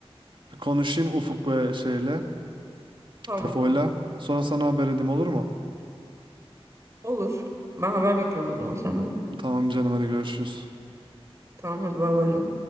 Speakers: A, on the right; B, on the right.
A: Bir konuşayım Ufuk ve şeyle.
B: Tamam.
A: Tefoyla. Sonra sana haber edeyim olur mu?
B: Olur. Ben haber bekliyorum o zaman senden.
A: Tamam canım hadi görüşürüz.
B: Tamam hadi bay bay.